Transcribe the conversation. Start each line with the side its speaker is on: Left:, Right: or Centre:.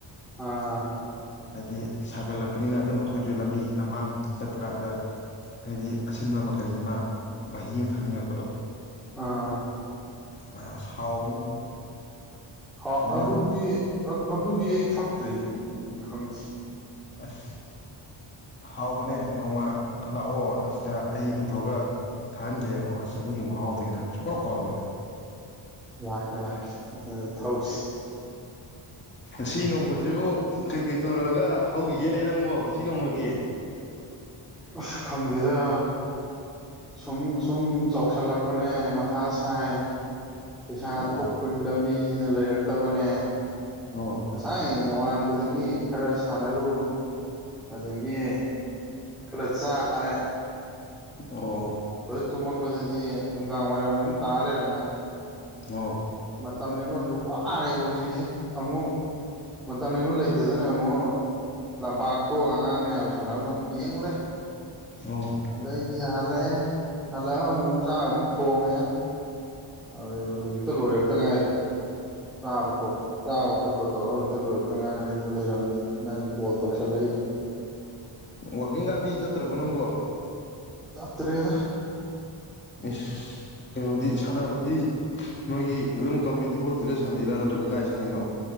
Centre: ꯑꯥ ꯑꯥ
Left: ꯍꯥꯏꯗꯤ ꯁꯥꯒꯠꯂꯛꯄꯅꯤꯅ ꯑꯗꯨꯝ ꯑꯩꯈꯣꯏꯁꯨ ꯂꯝꯕꯤ ꯂꯝꯒꯥꯡ ꯆꯠꯄ ꯀꯥꯟꯗ ꯍꯥꯏꯗꯤ ꯑꯁꯤꯟꯕ ꯑꯃ ꯀꯔꯤ ꯑꯃ ꯃꯍꯤ ꯑꯃ ꯊꯛꯅꯤꯡꯉꯛꯄꯗꯣ
Centre: ꯑꯥ
Left: ꯃ ꯑꯁ ꯍꯥꯎꯕꯅꯤ
Centre: ꯍ
Left: ꯐꯖꯅ
Centre: ꯑꯗꯨꯗꯤ ꯑꯗꯨ ꯑꯗꯨꯗꯤ ꯑꯩ ꯊꯛꯇ꯭ꯔꯤ ꯑꯗꯨꯗꯤ ꯈꯪꯗꯤ
Left: ꯑꯁ ꯍꯥꯎꯕꯅꯦ ꯅꯣꯡꯃ ꯂꯥꯛꯑꯣ ꯑꯁꯤꯗ ꯑꯩ ꯄꯨꯊꯣꯛꯑꯒ ꯊꯥꯍꯟꯒꯦ ꯑꯃ ꯑꯁ ꯑꯗꯨꯒꯤ ꯃꯍꯥꯎꯗꯅ ꯁꯨꯡꯀꯥꯎ ꯀꯥꯎꯔꯣꯏ ꯅꯪ
Centre: ꯂꯥꯛꯀꯦ ꯂꯥꯛꯀꯦ ꯑꯗꯨꯗ ꯊꯧꯎꯁꯤ
Left: ꯉꯁꯤ ꯅꯣꯡꯃꯁꯤꯕꯨ ꯀꯩ ꯀꯩ ꯇꯧꯔꯒ ꯍꯧꯈꯤꯒꯦꯂ ꯅꯪꯕꯣ ꯉꯁꯤ ꯅꯣꯡꯃꯒꯤ
Centre: ꯑꯁ ꯈꯪꯈꯤꯦꯗ ꯁꯨꯝ ꯁꯨꯝ ꯆꯥꯎꯁꯜꯂꯛꯄꯅꯦ ꯃꯊꯥ ꯁꯥꯏ ꯄꯩꯁꯥ
Left: ꯑꯣ
Centre: ꯊꯣꯛꯄꯒꯤ ꯂꯝ ꯕꯤꯅ ꯂꯩꯔꯛꯇꯕꯅꯦ
Left: ꯑꯣ
Centre: ꯉꯁꯥꯏ ꯅꯣꯉꯥꯟꯕꯗꯒꯤ ꯈꯔ ꯁꯥꯟꯅꯔꯨ ꯑꯗꯒꯤ ꯈꯔ ꯆꯥꯔꯦ
Left: ꯑꯣ
Centre: ꯇꯨꯝꯃꯛꯄꯗꯗꯤ ꯅꯨꯡꯗꯥꯡ ꯋꯥꯏꯔꯝꯃꯨꯛ ꯇꯥꯔ ꯂꯩꯔꯝꯃꯦ
Left: ꯑꯣꯥ
Centre: ꯃꯇꯝ ꯂꯦꯟꯐꯝ ꯋꯥꯔꯦꯕ ꯍꯧꯖꯤꯛꯁꯦ ꯑꯃꯨꯛ ꯃꯇꯝ ꯂꯦꯟꯐꯝ ꯂꯩꯇꯗꯅ ꯑꯃꯨꯛ ꯂꯝꯄꯥꯛ ꯊꯣꯛꯑꯒ ꯑꯉꯥꯡ ꯃꯌꯥꯝꯁ ꯁꯥꯟꯅꯕꯗꯣ ꯑꯃꯨꯛ ꯌꯦꯡꯉꯨꯔꯦ
Left: ꯑꯣ
Centre: ꯑꯗꯩꯗꯤ ꯍꯜꯂꯛꯑꯦ ꯍꯜꯂꯛ ꯑꯃꯨꯛ ꯆꯥꯡ ꯑꯃꯨꯛ ꯊꯣꯡꯉꯦ ꯑꯗꯨ ꯍꯧꯖꯤꯛꯇ ꯂꯣꯏꯔꯛꯇ ꯉꯥꯏꯔꯦ ꯆꯥꯕ ꯆꯥꯕ ꯈꯣꯠꯄ ꯇꯧꯔꯒ ꯍꯧꯖꯤꯗ ꯂꯣꯏ ꯇꯉꯥꯏꯗ ꯂꯩꯔꯝꯃꯦ ꯅꯪ ꯀꯣꯜ ꯇꯧꯁꯜꯂꯛꯏꯅꯤ
Left: ꯋꯥꯀꯤꯡꯒꯥꯗꯤ ꯆꯠꯇ꯭ꯔꯕꯣ ꯅꯪꯕꯣ
Centre: ꯆꯠꯇ꯭ꯔꯦꯗ
Left: ꯑꯦꯁ ꯀꯩꯅꯣꯗꯤ ꯁꯥꯟꯅꯕꯗꯤ ꯅꯣꯏꯒꯤ ꯑꯗꯨꯝ ꯀꯝꯃ꯭ꯌꯨꯅꯤꯇꯤ ꯍꯣꯜꯗꯨꯗ ꯁꯥꯟꯅꯩꯔꯥ ꯅꯠꯇ꯭ꯔ ꯀꯥꯏ ꯁꯥꯟꯅꯩꯅꯣ